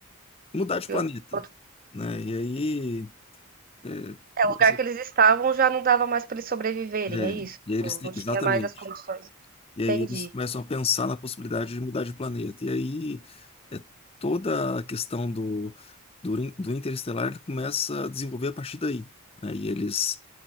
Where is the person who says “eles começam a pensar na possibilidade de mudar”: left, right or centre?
Left